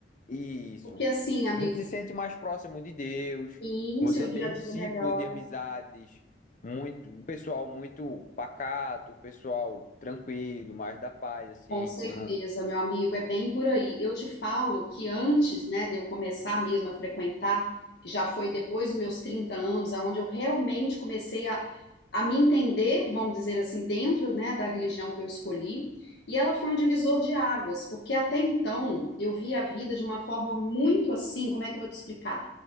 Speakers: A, on the left (about 40°); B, on the left (about 60°).
A: isso.
B: Porque assim, amigo,
A: Você se sente mais próximo de Deus,
B: sim,
A: você
B: seu dia
A: tem
B: a
A: um
B: dia
A: ciclo
B: melhora.
A: de amizades muito, um pessoal muito pacato, um pessoal tranquilo, mais da paz, assim,
B: Com certeza,
A: que não.
B: meu amigo, é bem por aí. Eu te falo que antes, né, de eu começar mesmo a frequentar, que já foi depois dos meus 30 anos, aonde eu realmente comecei a, a me entender, vamos dizer assim, dentro, né, da religião que eu escolhi, e ela foi um divisor de águas, porque até então eu via a vida de uma forma muito assim, como é que eu vou te explicar?